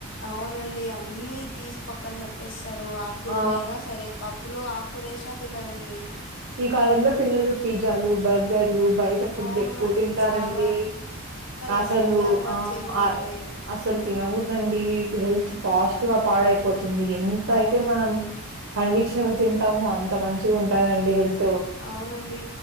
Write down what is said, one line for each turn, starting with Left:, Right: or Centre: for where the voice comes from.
Left: అవునండి అన్ని తీసి పక్కన పెట్టేస్తారు ఆకుకూరలు
Right: ఆ!
Left: అయినా సరే పప్పులు ఆకు. కురేష్నా తినారండి.
Right: ఈ కాలంలో పిల్లలు పిజ్జాలు బర్గర్లు బయట ఫుడ్
Left: అవునండి
Right: ఎక్కువ తింటారండి.
Left: చాలా
Right: ఆహ్
Left: ఆ
Right: అసలు
Left: ఫుడ్డే అలవాటు
Right: ఆహ్
Left: చేయకూడదండి
Right: అ అసలు. తినకూడదండి హెల్త్ ఫాస్ట్ గా పాడైపోతు. ఎంత
Left: అవునండి
Right: అయితే మనం పండించినవి తింటామో అంత మంచిగుంటుందిండి హెల్త్.
Left: అవునండి